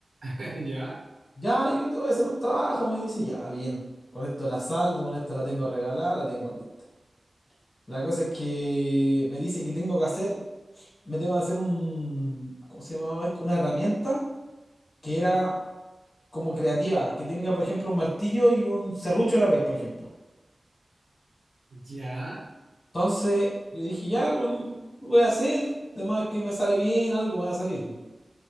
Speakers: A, on the right; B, on the left.
A: <laughs> Ya,
B: Ya, yo te voy a hacer un trabajo, me dice, ya, bien, con esto la salvo, con esto la tengo regalada, la tengo lista. La cosa es que me dice que tengo que hacer, me tengo que hacer un, ¿cómo se llamaba esto? Una herramienta que
A: ¿Mm?
B: era como creativa, que tenga, por ejemplo, un martillo y un serrucho a la vez, por ejemplo.
A: ya,
B: Entonces, yo dije, ya, con- lo voy a hacer, además que me sale bien, algo me va a salir.